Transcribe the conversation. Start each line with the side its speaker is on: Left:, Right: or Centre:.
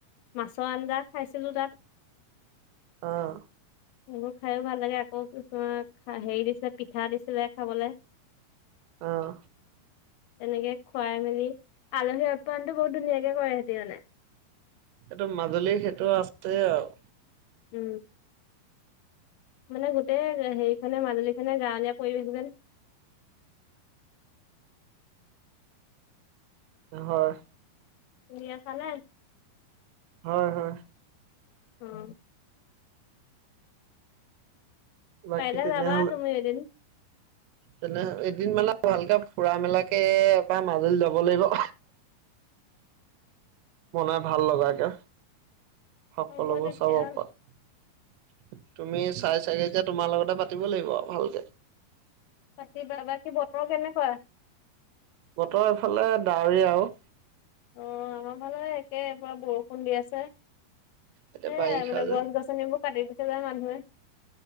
Left: মাছৰ আঞ্জা খাইছিলো তাত
Right: অঁ
Left: সেইবোৰ খায়ো ভাল লাগে আকৌ কিছুমান হেৰি দিছিলে পিঠা দিছিলে খাবলৈ
Right: অঁ
Left: তেনেকে খুৱাই মেলি আলহী আপ্যায়নতটো বহুত ধুনীয়াকে কৰে সিহঁতে মানে
Right: এইটো মাজুলীৰ সেইটো আছে আৰু
Left: উম মানে গোটেই হেৰিখনে মাজুলী খনে গাঁৱলীয়া পৰিৱেশ যেন, <unintelligible>
Right: হয়।
Left: <unintelligible>
Right: হয় হয়
Left: অ
Right: বাকী
Left: পাৰিলে
Right: তেনেহ'লে
Left: যাবা, তুমি এদিন।
Right: তেনে এদিন মানে ভালকে ফুৰা মেলাকে এবাৰ মাজুলী যাব লাগিব বনাই ভাল লগাকে সকলোবোৰ
Left: হ'ব তেতিয়া
Right: চাব পাত তুমি চাই চাগে এতিয়া তোমাৰ লগতে পাতিব লাগিব আৰু ভালকে
Left: পতিবা বাকি বতৰ কেনেকুৱা
Right: বতৰ এইফালে ডাৱৰীয়া আৰু
Left: অঁ আমাৰ ফালে একে পুৰা বৰষুণ দি আছে সেয়িই
Right: এতিয়া বাৰিষা
Left: মানে
Right: যে।
Left: গছ গছনিবোৰ কাটি দিছে যে মানুহে